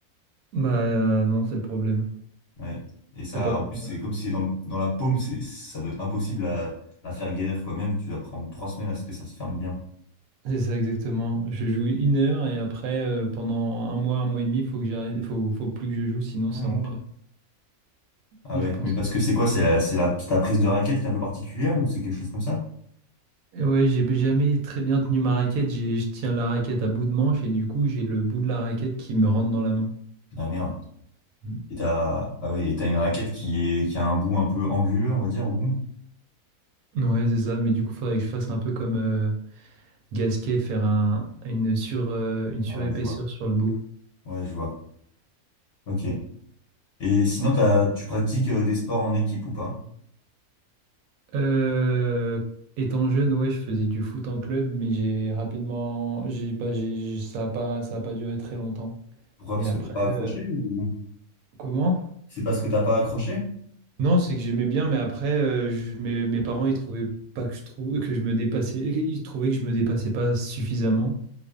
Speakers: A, on the right; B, on the left.
A: Bah euh, non, c'est le problème.
B: Ouais. Et ça,
A: Je sais pas pourquoi.
B: en plus, c'est comme si c'est dans, le- dans la paume, c'est, ça doit être impossible à, à faire guérir quand même. Tu vas prendre trois semaines à ce que ça se ferme bien.
A: C'est ça exactement. Je joue une heure et après, euh, pendant un mois, un mois et demi, faut que j'arrête, faut, faut plus que je joue, sinon ça
B: Un mois.
A: empire.
B: Ah
A: Je
B: ouais,
A: pense.
B: mais parce que c'est quoi? C'est la- c'est la, ta prise de raquette qui est un peu particulière ou c'est quelque chose comme ça?
A: Et Ouais, j'ai jamais très bien tenu ma raquette. J'ai, je tiens la raquette à bout de manche et du coup, j'ai le bout de la raquette qui me rentre dans la main.
B: Ah merde.
A: Mm.
B: Et t'as, ah ouais, et t'as une raquette qui est, qui a un bout un peu anguleux, on va dire, au bout.
A: Ouais, c'est ça. Mais du coup, faudrait que je fasse un peu comme euh, Gasquet, faire un, une sur, euh, une surépaisseur
B: Ah, je vois.
A: sur le bout.
B: Ouais, je vois. Ok. Et sinon, t'as, tu pratiques euh, des sports en équipe ou pas?
A: Euh, étant jeune, ouais, je faisais du foot en club, mais j'ai rapidement, j'ai pas, j'ai, j'ai- ça a pas, ça a pas duré très longtemps.
B: Pourquoi?
A: Et
B: Parce
A: après,
B: que t'as pas
A: euh,
B: accroché ou
A: comment?
B: c'est parce que t'as pas accroché?
A: Non, c'est que j'aimais bien, mais après, euh, je- mes, mes parents, ils trouvaient pas que je trouve que je me dépassais, ils trouvaient que je me dépassais pas suffisamment,